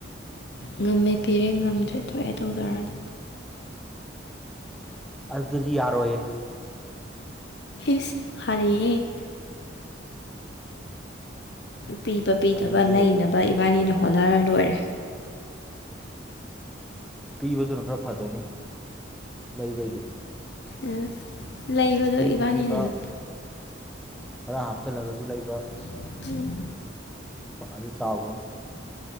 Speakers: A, on the left; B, in the centre.
A: ꯉꯝꯃꯦ ꯄꯤꯔꯦ ꯉꯝꯗ꯭ꯔꯦ ꯊꯣꯛꯑꯦ ꯇꯧꯖꯔꯅꯤ꯫
B: ꯑꯗꯨꯗꯤ ꯌꯥꯔꯣꯏꯌꯦ
A: ꯏꯁ ꯍꯔꯦ ꯄꯤꯕ ꯄꯤꯗꯕ
B: ꯑꯗꯨꯗꯤ
A: ꯂꯩꯅꯕ ꯏꯕꯥꯅꯤꯅ ꯍꯣꯠꯅꯔꯥ ꯂꯣꯏꯔꯦ
B: ꯄꯤꯕꯗꯨꯅ ꯈꯔꯥ ꯐꯗꯣꯏꯅꯦ ꯂꯩꯕꯩꯗꯤ
A: ꯑꯥ ꯂꯩꯕꯗꯣ
B: ꯄꯤꯁꯨ
A: ꯏꯕꯥꯅꯤꯅ
B: ꯄꯤꯕ
A: ꯂꯩ
B: ꯈꯔ ꯍꯥꯞꯆꯜꯂꯒꯁꯨ ꯂꯩꯕ
A: ꯎꯝ
B: ꯑꯗꯨ ꯆꯥꯎ <unintelligible>